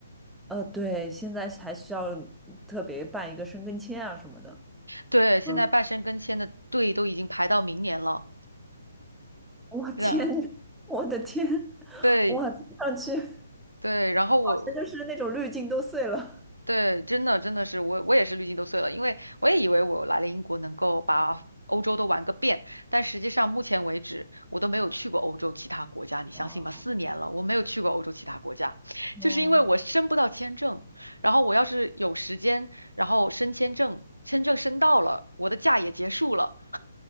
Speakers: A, in the centre; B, on the right.
A: 呃，对，现在还需要特别办一个申根签啊什么的。
B: 对，现在办申根签的队都已经排到明年了。
A: 嗯，我天，
B: 然，
A: 我的天，
B: 对
A: 哇，听上去好
B: 对，然后我
A: 像就是那种滤镜都碎了。
B: 对真的真的是我我也是滤镜都碎了，因为我也以为我来了英国能够把欧洲都玩个遍，但实际上目前为止我都没有去过欧洲其他国家，你相信吗？
A: 哇，
B: 四年了，我没有去过欧洲其他国家，
A: 天！
B: 就是因为我申不到签证，然后我要是有时间，然后申签证，签证申到了，我的假也结束了，